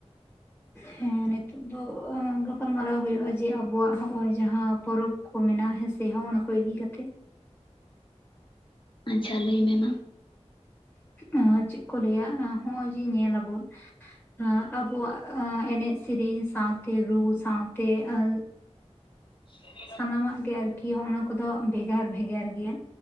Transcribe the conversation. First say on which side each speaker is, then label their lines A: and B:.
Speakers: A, on the left (about 15°); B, on the left (about 45°).
A: ᱦᱮᱸ ᱱᱤᱛᱚᱜ ᱫᱚ ᱜᱟᱯᱟᱞᱢᱟᱨᱟᱣ ᱦᱩᱭᱩᱜᱼᱟ ᱡᱮ ᱟᱵᱚᱣᱟᱜ ᱱᱚ-ᱚᱭ ᱡᱟᱦᱟᱸ ᱯᱚᱨᱚᱵᱽ ᱠᱚ ᱢᱮᱱᱟᱜ ᱦᱮᱸ ᱥᱮ ᱦᱚᱸ ᱚᱱᱟ ᱠᱚ ᱤᱫᱤ ᱠᱟᱛᱮ᱾
B: ᱟᱪᱪᱷᱟ ᱞᱟᱹᱭ ᱢᱮ ᱢᱟ᱾
A: ᱮ ᱪᱮᱫ ᱠᱚ ᱞᱟᱹᱭᱟ ᱱᱚᱜ ᱚᱭ ᱡᱮ ᱧᱮᱞ ᱟᱵᱚᱱ᱾ ᱮ ᱟᱵᱚᱣᱟᱜ ᱮᱱᱮᱡ ᱥᱮᱨᱮᱧ ᱥᱟᱶᱛᱮ, ᱨᱩ ᱥᱟᱶᱛᱮ, ᱮᱸ
B: <inaudible>
A: ᱥᱟᱱᱟᱢᱟᱜ ᱜᱮ ᱟᱨᱠᱤ ᱱᱚᱜ ᱚᱱᱟ ᱠᱚᱫᱚ ᱵᱷᱮᱜᱟᱨ ᱵᱷᱮᱜᱟᱨ ᱜᱮᱭᱟ᱾